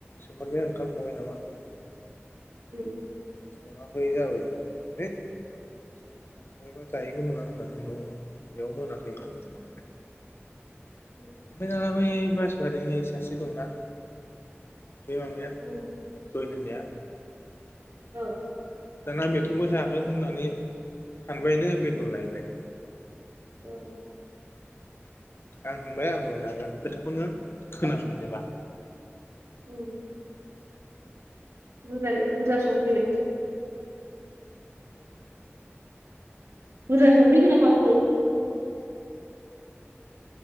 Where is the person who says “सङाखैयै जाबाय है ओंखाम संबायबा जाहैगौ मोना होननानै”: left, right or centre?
Left